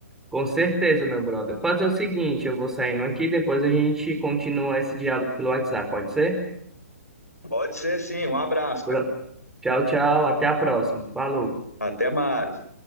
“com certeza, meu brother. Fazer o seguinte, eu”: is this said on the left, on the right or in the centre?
Centre